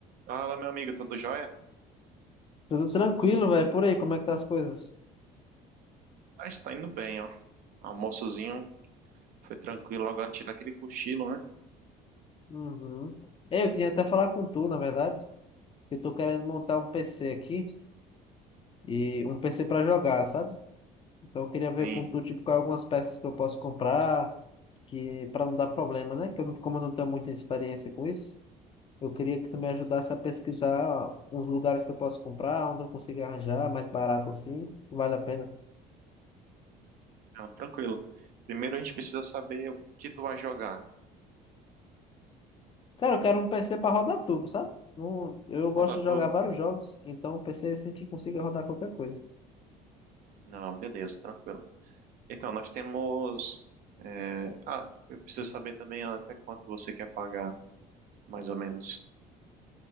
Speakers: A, on the right; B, on the left.
A: Fala, meu amigo, tudo jóia?
B: Tudo tranquilo, velho. Por aí, como é que tá as coisas?
A: Ah, está indo bem, ó. Almoçozinho, foi tranquilo. Agora tirar aquele cochilo, né?
B: Uhum. É, Eu tinha até falar com tu, na verdade, que eu tô querendo montar um PC aqui e um PC pra jogar, sabe? Então eu queria ver
A: Sim,
B: com tu, tipo, quais algumas peças que eu posso comprar, que para não dar problema, né? Que eu não- como eu não tenho muita experiência com isso, eu queria que tu me ajudasse a pesquisar uns lugares que eu posso comprar, onde eu consigo arranjar mais barato assim, que vale a pena.
A: não, tranquilo. Primeiro a gente precisa saber o que tu vai jogar.
B: Cara, eu quero um PC pra rodar tudo, sabe? Não- eu gosto
A: Rodar
B: de
A: todo.
B: jogar vários jogos, então um PC assim que consiga rodar qualquer coisa.
A: Não, beleza, tranquilo. Então, nós temos. é, Ah, eu preciso saber também até quanto você quer pagar, mais ou menos.